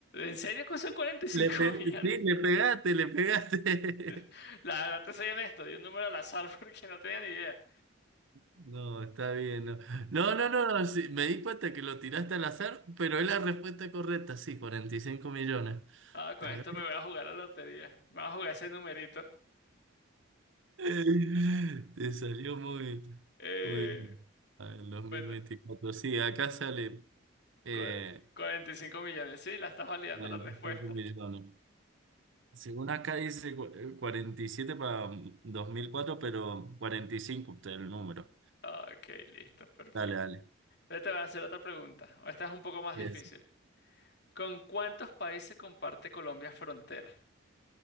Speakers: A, on the left; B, on the right.
A: ¿En serio que son cuarenta y cinco
B: Le pe-
A: millones?
B: sí, le pegaste, le pegaste. <laughs>
A: <laughs> La verdad, te soy honesto, di un número al azar <laughs> porque no tenía ni idea.
B: No, está bien. No, no, no, no, no, sí, me di cuenta que lo tiraste al azar, pero es la respuesta correcta, sí, 45 millones.
A: Ah, con
B: Tal
A: esto
B: vez.
A: me voy a jugar a la lotería. Me voy a jugar ese numerito.
B: <laughs> Te salió muy,
A: Eh,
B: muy bien. A ver, 2024.
A: bueno,
B: Sí, acá sale eh,
A: cu- 45 millones, sí, la estás validando
B: 45
A: la respuesta.
B: millones. Según acá dice cu- eh, 47 para mm, 2004, pero 45, usted el número.
A: Ok, listo, perfecto.
B: Dale, dale.
A: Yo te voy a hacer otra pregunta. Esta es un poco más
B: Yes.
A: difícil. ¿Con cuántos países comparte Colombia frontera?